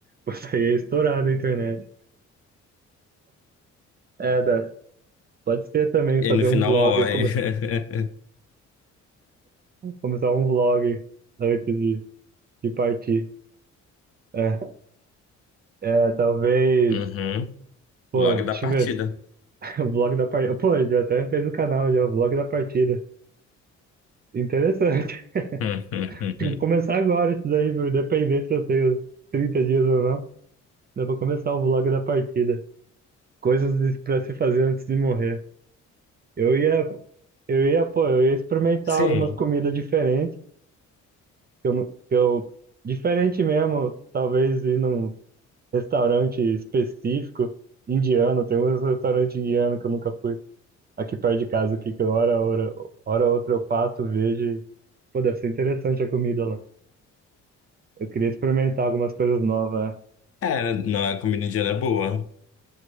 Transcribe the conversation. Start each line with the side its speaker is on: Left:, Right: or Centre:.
Right: Você ia estourar na internet. É, dá. Pode ser também
Left: E
Right: fazer
Left: aí no final
Right: um vlog,
Left: morre.
Right: come-
Left: <laughs>
Right: começar um vlog antes de, de partir. É, é, talvez.
Left: Uhum.
Right: Pô,
Left: Logo
Right: deixa
Left: da partida.
Right: eu ver. <laughs> O vlog da partida. Pô, já até fez no canal já, o vlog da partida. Interessante.
Left: <laughs>
Right: <laughs> Vou começar agora isso daí, meu, independente se eu tenho 30 dias ou não. Dá pra começar o vlog da partida. Coisas de- pra se fazer antes de morrer. Eu ia, eu ia, pô, eu ia experimentar
Left: Sim.
Right: algumas comidas diferentes, que eu, não- que eu, diferente mesmo, talvez ir num restaurante específico indiano, tem um restaurante indiano que eu nunca fui aqui perto de casa, aqui, que hora, hora, hora outra eu passo, vejo, e, pô, deve ser interessante a comida lá. Eu queria experimentar algumas coisas novas,
Left: É, não, a comida indiana é boa.